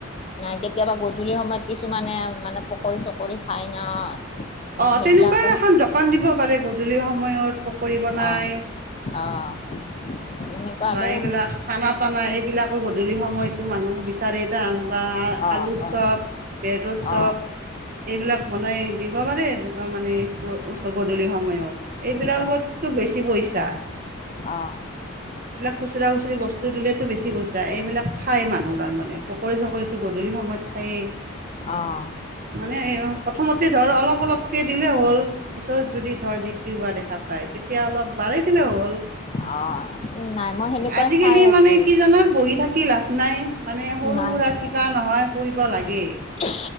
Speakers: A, on the left; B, on the right.
A: ন কেতিয়াবা গধূলি সময়ত কিছুমানে মানে পকৰি চকৰি খায় ন।
B: অ'
A: সেইবিলাকে
B: তেনেকুৱা এখন দোকান দিব পাৰে গধূলি সময়ত পকী বনাই
A: অ', অ'। এনেকুৱা
B: বা
A: হ'লে
B: এইবিলাক চানা তানা এইবিলাকো গধূলি সময়তো মানুহ বিচাৰেতি। বা
A: অ', অ',
B: আলুৰ
A: অ',
B: চপ বেডৰ চপ
A: অ',
B: এইবিলাক বনাই দিব পাৰে দু মানে স্ ওচ গধূলি সময়ত এইবিলাকততো
A: অ',
B: বেছি পইচা।
A: অ'।
B: এইবিলাক খুচুৰা খুচৰি বস্তু দিলেতো বেছি পইচা এইবিলাক খায় মানুহ তাৰমানে পকৰি চকৰিটো গধূলি সময়ত সেই।
A: আহ।
B: মানে এই প্ৰথমতে ধৰ অলপ অলপ ক দিলে হ'ল পিছত যদি ধৰ বিক্ৰী হোৱা দেখা পায় তেতিয়া অলপ বাঢ়ি দিলে হ'ল।
A: অ'। নাই মই সেনেকুৱাই
B: আজিকালি
A: চাই আছোঁ
B: মানে কি জানা বহি থাকে কি লাভ নাই মানে সৰু
A: নাই
B: সুৰা কিবা নহয় কৰিব লাগেই।
A: অ'